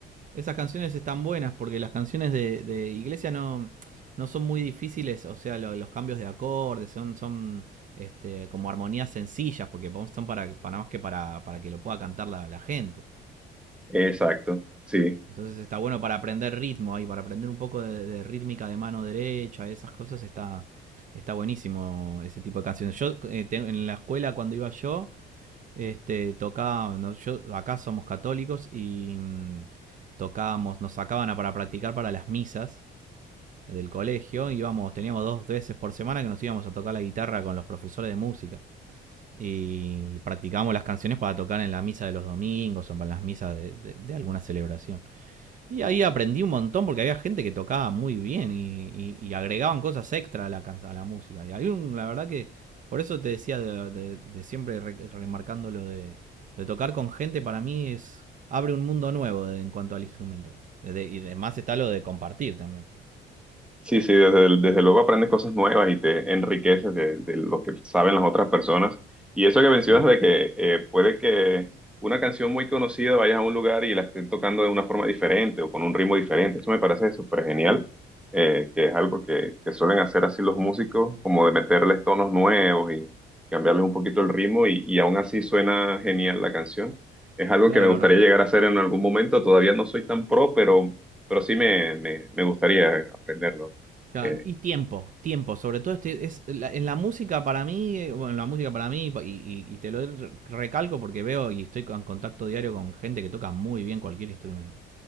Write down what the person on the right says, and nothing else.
Esas canciones están buenas porque las canciones de, de Iglesia no, no son muy difíciles, o sea, lo- los cambios de acordes son, son este, como armonías sencillas porque son para, para más que para, para que lo pueda cantar la, la gente.
Entonces está bueno para aprender ritmo ahí, para aprender un poco de, de rítmica de mano derecha, esas cosas está, está buenísimo ese tipo de canciones. Yo eh, en la escuela cuando iba yo, este, tocaba, no, yo, acá somos católicos y mm, tocábamos, nos sacaban a- para practicar para las misas del colegio, íbamos, teníamos dos veces por semana que nos íbamos a tocar la guitarra con los profesores de música y practicábamos las canciones para tocar en la misa de los domingos o para las misas de, de- de alguna celebración. Y ahí aprendí un montón porque había gente que tocaba muy bien y, y- y agregaban cosas extra a la, a la música. Y hay un, la verdad que por eso te decía de, de- de siempre re- remarcando lo de, de tocar con gente, para mí es abre un mundo nuevo de- en cuanto al instrumento. De- de- y además está lo de compartir también.
Claro,
claro.
ahora-
claro.
Y tiempo, tiempo, sobre todo este, es, la- en la música para mí, eh, bueno, en la música para mí, y, y- y te lo recalco porque veo y estoy en contacto diario con gente que toca muy bien cualquier instrumento